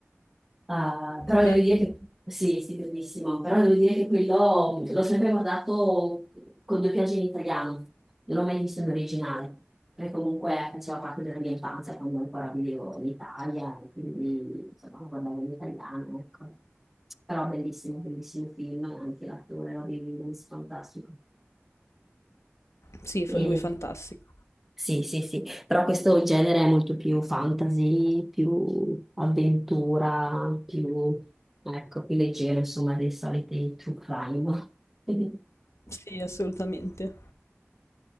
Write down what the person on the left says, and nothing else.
Bello.
Sì, fa-
lui è fantastico.
Sì, assolutamente.